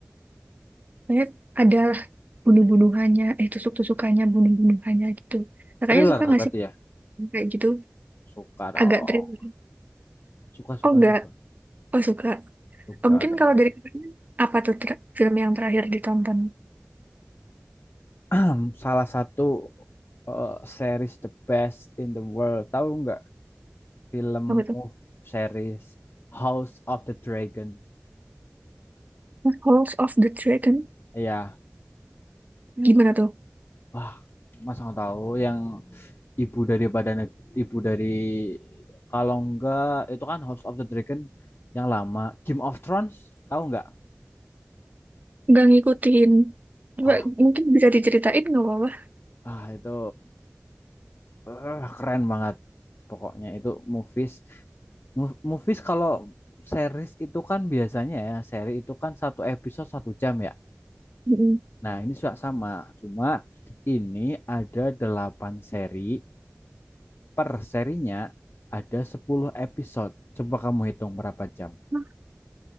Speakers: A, on the right (about 35°); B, on the left (about 55°).
A: Kayak ada bunuh-bunuhannya, eh tusuk-tusukannya, bunuh-bunuhannya gitu. Kakaknya
B: Thriller
A: suka
B: berarti
A: nggak sih
B: ya?
A: kayak gitu?
B: Suka
A: Agak
B: dong.
A: thriller.
B: Suka suka
A: Oh enggak,
B: suka.
A: oh suka.
B: Suka
A: Oh, mungkin
B: dong.
A: kalau dari kakaknya, apa tuh tra- film yang terakhir ditonton?
B: <clears throat> Salah satu eh, series the best in the world. Tahu nggak film
A: Apa tuh?
B: move series House of the Dragon.
A: House of the Dragon.
B: Iya,
A: Gimana tuh?
B: wah, Mas nggak tahu yang ibu daripada neg- ibu dari kalau enggak itu kan House of the Dragon yang lama Game of Thrones tahu nggak?
A: nggak ngikutin. Coba
B: Wah,
A: mungkin bisa diceritain nggak apa-apa.
B: ah, itu eh, keren banget. Pokoknya itu movies Mov- Movies kalau series itu kan biasanya ya, seri itu kan satu episode satu jam ya.
A: Mm-mm.
B: Nah, ini juga sama, cuma ini ada delapan seri per serinya ada 10 episode. Coba kamu hitung berapa jam.
A: Hah,